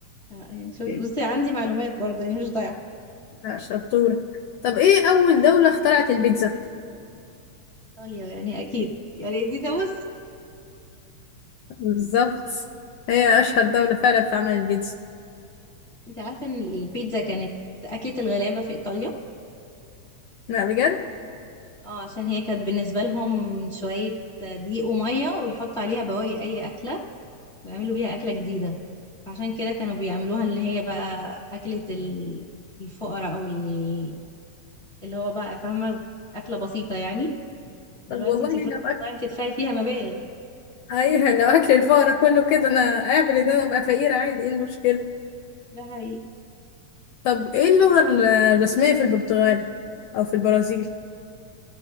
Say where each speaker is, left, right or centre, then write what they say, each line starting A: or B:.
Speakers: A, on the left (about 30°); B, on the left (about 80°).
A: آه، يعني شوف
B: اوكي.
A: بصي عندي معلومات برضه يعني مش ضايعة
B: آه، شطورة طب ايه اول دولة اخترعت البيتزا
A: ايطاليا يعني اكيد يعني دي ده بص
B: بالظبط هي أشهر دولة فعلا في عمل البيتزا
A: انت عارفة ان البيتزا كانت اكلة الغلابة في ايطاليا
B: لا بجد
A: اه عشان هي كانت بالنسبة لهم شوية دقيق ومية ويحطوا عليها بواقي اي اكلة ويعملوا بيها اكلة جديدة عشان كده كانوا بيعملوها ان هي بقى اكلة ال- الفقراء او ال- اللي هو بقى فاهمة اكلة بسيطة يعني دلوقتي
B: طب والله
A: انت بتروحي
B: لو أكل
A: المطاعم تدفعي فيها مبالغ
B: أيوة لو أكل الفقراء كله كده أنا أقابل ده أنا أبقى فقيرة عادي إيه المشكلة
A: ده حقيقي
B: طب إيه اللغة ال- الرسمية في البرتغال أو في البرازيل